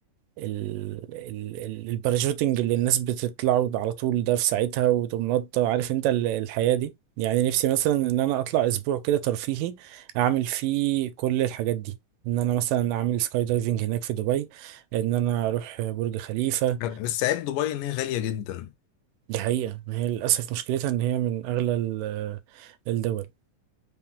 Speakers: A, on the right (about 85°); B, on the left (about 80°).
A: ال... ال... ال- الباراشوتنج اللي الناس بتطلعوا على طول ده في ساعتها وتقوم نطة عارف انت ال- الحياه دي يعني نفسي مثلا ان انا اطلع اسبوع كده ترفيهي اعمل فيه كل الحاجات دي ان انا مثلا اعمل سكاي دايفنج هناك في دبي ان انا اروح برج خليفة
B: بس عيب دبي ان هي غالية جدا
A: دي حقيقة ما هي للأسف مشكلتها إن هي من أغلى ال- الدول